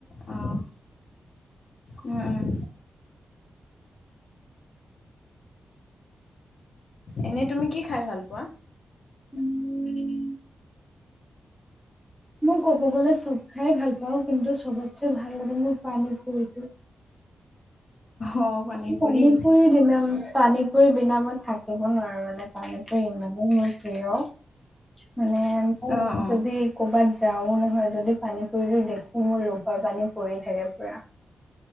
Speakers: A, on the left (about 50°); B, in the centre.
A: অ'। উম উম। এনে তুমি কি খাই ভাল পোৱা।
B: উম, মই ক'ব গ'লে চব খাই ভাল পাওঁ কিন্তু সবতছে ভাল লাগে মোৰ পানীৰ পুৰিটো।
A: অ পুৰি
B: পানী পৰি দিম পানী খুুৰ বিনা মই থাকিব নোৱাৰো মানে পানীপুৰি ইমানেই মোৰ প্ৰিয়। মানে মই
A: অ অ
B: যদি কৰ'বাত। যাও নহয় যদি পানী পুৰিতো দেখো মোৰ লোভৰ পানী পৰি থাকে পুৰা